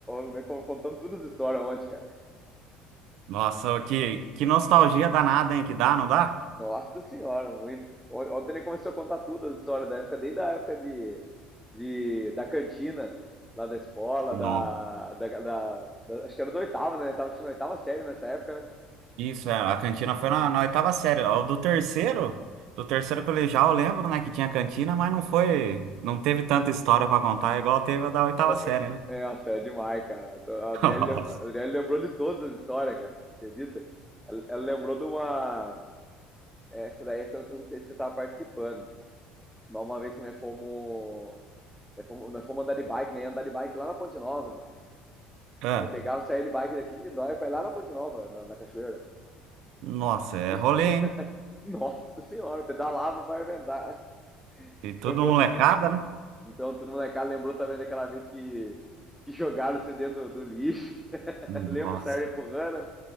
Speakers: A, in the centre; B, on the right.
A: o- o- nós contamos todas as histórias ontem, cara.
B: Nossa, ô, que, que nostalgia danada, hein? Que dá, não dá?
A: Nossa senhora, muito. Ontem ele começou a contar tudo a história da época, desde a época de, de, da cantina, lá da escola,
B: Não.
A: da, da, da- da- Acho que era do oitavo, né? Tava assistindo a oitava série nessa época, né?
B: Isso, é, a cantina foi na, na oitava série. Ó, Do terceiro, do terceiro colegial, eu lembro, né, que tinha cantina, mas não foi, não teve tanta história pra contar, igual teve a da oitava
A: Igual-
B: série, né?
A: É, nossa, é demais, cara. Então, A
B: <laughs>
A: Adriele,
B: Nossa.
A: lem- a Adriele lembrou de todas as histórias, cara. Você acredita? Ela, ela lembrou de uma. Essa daí, essa, eu não sei se você tava participando. Mas uma vez que nós fomos. Nós fomos, nós fomos andar de bike, né? Andar de bike lá na Ponte Nova, mano.
B: É.
A: Daí pegava, saía de bike daqui de Lindóia pra ir lá na Ponte Nova, na, na cachoeira.
B: Nossa, é
A: <laughs>
B: rolê, hein?
A: Nossa senhora, pedalava para inventar.
B: E
A: Lembrou?
B: tudo molecada, né?
A: Então, todo mundo na casa lembrou também daquela vez que, que jogaram você dentro do, do lixo. <laughs>
B: Nossa.
A: Lembra de sair empurrando?